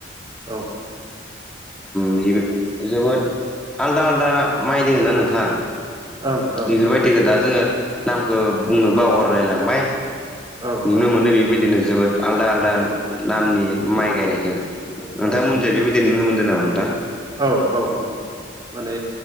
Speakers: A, on the right (about 20°); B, in the centre.
A: औ।
B: बेबो जोबोद आलदा आलदा माइ दोगोन ना नोंथां।
A: ओं ओं
B: बेफोरबायदिखौ
A: ओं
B: दा जोङो नामखौ बुंनो बावगारलायलांबाय।
A: औ
B: नुनो
A: औ
B: मोनदों बेबायदिनो जोबोद। आलदा आलादा
A: औ औ
B: नामनि
A: उम
B: माइ गायनायखौ नोंथांमोनजों
A: औ
B: बेबायदि नुनो मोनदों नामा नोंथां।
A: औ औ औ माने